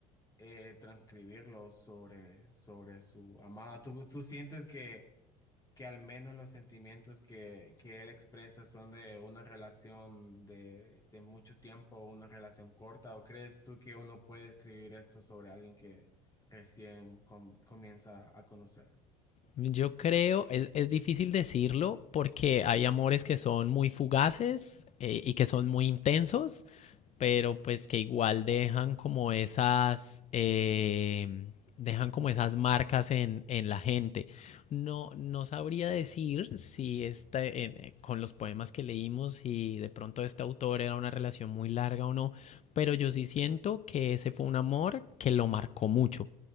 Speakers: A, on the left; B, on the left.
A: eh, transcribirlos sobre, sobre su amada. ¿Tú, tú sientes que que al menos los sentimientos que, que él expresa son de una relación de, de mucho tiempo, una relación corta? ¿O crees tú que uno puede escribir esto sobre alguien que recién com- comienza a conocer?
B: Yo creo, es, es difícil decirlo porque hay amores que son muy fugaces eh, y que son muy intensos, pero pues que igual dejan como esas, eh, dejan como esas marcas en, en la gente. No, no sabría decir si esta- en- eh, con los poemas que leímos, si de pronto este autor era una relación muy larga o no, pero yo sí siento que ese fue un amor que lo marcó mucho